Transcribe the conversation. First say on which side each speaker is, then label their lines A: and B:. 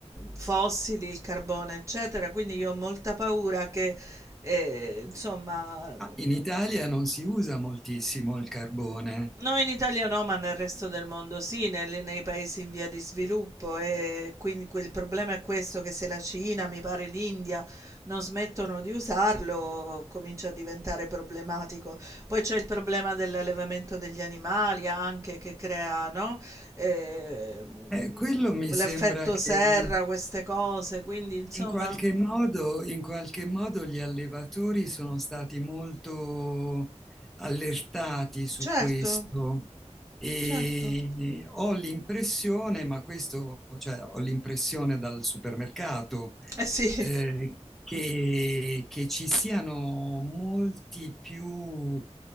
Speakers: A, on the right; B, in the centre.
A: fossili, il carbone, eccetera. Quindi io ho molta paura che, eh, insomma,
B: Ah, In Italia non si usa moltissimo il carbone.
A: No, in Italia no, ma nel resto del mondo sì, nel- nei paesi in via di sviluppo e quindi que- il problema è questo che se la Cina, mi pare l'India, non smettono di usarlo, comincia a diventare problematico. Poi c'è il problema dell'allevamento degli animali anche che crea, no? Eh,
B: Eh, quello mi
A: l'effetto
B: sembra che
A: serra, queste cose, quindi insomma,
B: in qualche modo, in qualche modo gli allevatori sono stati molto allertati su
A: certo,
B: questo e
A: certo.
B: ho l'impressione, ma questo, cioè, ho l'impressione dal supermercato,
A: Eh sì.
B: eh, che, che ci siano molti più